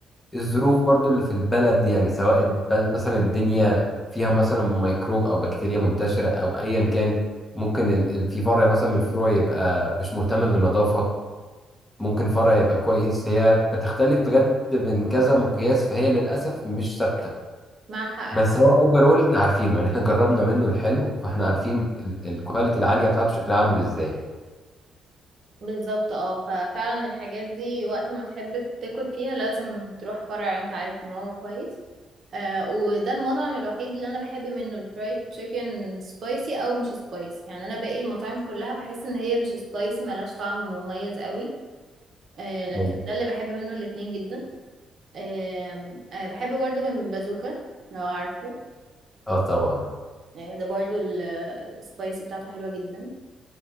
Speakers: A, on the left; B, on the right.
A: الظروف برضو اللي في البلد يعني سواء الب- مثلا الدنيا فيها مثلا ميكروب او بكتيريا منتشرة او ايا كان ممكن ال- ال- في فرع مثلا من الفروع يبقى مش مهتم بالنظافة ممكن فرع يبقى كويس هي بتختلف بجد من كذا مقياس فهي للأسف مش ثابتة
B: معك حق
A: بس هو اوفرول احنا عارفينه يعني احنا جربنا منه الحلو فاحنا عارفين ال- الكواليتي العالية بتاعته شكلها عامل ازاي
B: بالظبط اه ففعلا الحاجات دي وقت ما تحب تاكل فيها لازم تروح فرع انت عارف ان هو كويس آه وده المطعم الوحيد اللي انا بحب منه الفرايد تشيكن سبايسي او مش سبايسي يعني انا باقي المطاعم كلها بحس ان هي مش سبايسي ملهاش طعم مميز قوي آه لكن
A: أيوة.
B: ده اللي بحب منه الاتنين جدا آه آه بحب برضه من بازوكا لو عارفه
A: اه طبعا
B: يعني ده برضه السبايسي بتاعته حلوة جدا